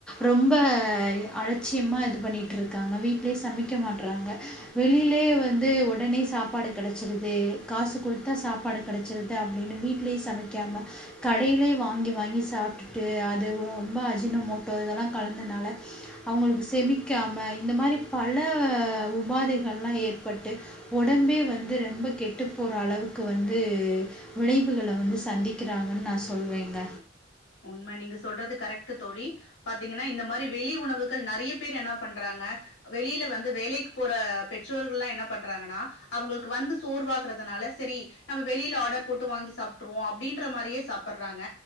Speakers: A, in the centre; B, on the left.
A: ரொம்ப அலட்சியமா இது பண்ணிட்டுருக்காங்க வீட்லே சமைக்க மாட்டறாங்க வெளியிலே வந்து உடனே சாப்பாடு கிடச்சிறுது காசு கொடுத்தா சாப்பாடு கிடச்சிறுது அப்படின்னு வீட்ிலே சமைக்காம கடையில வாங்க வாங்கி வாங்கி சாப்பிட்டுட்டு அது ரொம்ப அஜினமோட்டோ இதெல்லாம் கலந்தனால அவங்களுக்கு செமிக்காம இந்த மாரி பல உபாதைகள்லாம் ஏற்பட்டு உடம்பே வந்து ரொம்ப கெட்டு போற அளவுக்கு வந்து விளைவுகள வந்து சந்திக்கிறாங்கன்னு நான் சொல்வேங்க
B: உண்மை நீங்க சொல்றது கரெக்ட் தோழி பாத்தீங்கன்னா இந்த மாரி வெளி உணவுகள் நிறைய பேர் என்ன பண்றாங்க வெளியில வந்து வேலைக்கு போற பெற்றோர்கள்ல்லாம் என்ன பண்றாங்கன்னா அவங்களுக்கு வந்து சோர்வாகறிறதுனால சரி நம்ம வெளியில ஆர்டர் போட்டு வாங்கி சாப்பிட்டுருவோம் அப்படின்ற மாரியே சாப்பிடுறாங்க